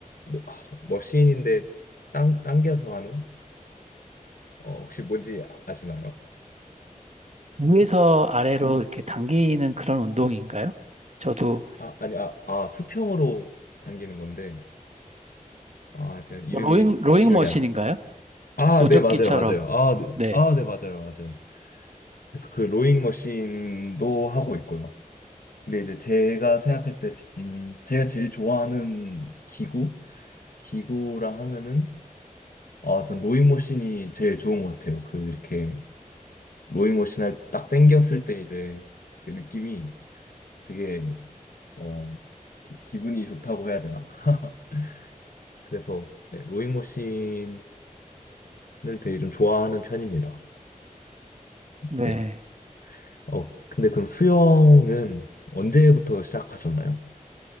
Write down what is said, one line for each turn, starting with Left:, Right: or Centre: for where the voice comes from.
Left: 로- 아, 머신인데 당, 당겨서 하는 어, 혹시 뭔지 아- 아시나요?
Right: 위에서 아래로 이렇게 당기는 그런 운동인가요? 저도
Left: 아, 아니, 아, 아, 수평으로 당기는 건데, 아, 제가 이름이
Right: 뭐 로잉 로잉
Left: 기억이
Right: 머신인가요?
Left: 안, 아,
Right: 노젓기처럼
Left: 네, 맞아요, 맞아요. 아, 네,
Right: 네.
Left: 아, 네, 맞아요, 맞아요. 그래서 그 로잉 머신도 하고 있고요. 근데 이제 제가 생각할 때, 음, 제가 제일 좋아하는 기구? 기구라 하면은, 아, 전 로잉 머신이 제일 좋은 것 같아요. 그, 이렇게, 로잉 머신을 딱 당겼을 때 이제 그 느낌이 되게, 어, 기- 기분이 좋다고 해야 되나? <laughs> 그래서 네, 로잉머신을 되게 좀 좋아하는 편입니다.
Right: 네.
Left: 네. 어, 근데 그럼 수영은 언제부터 시작하셨나요?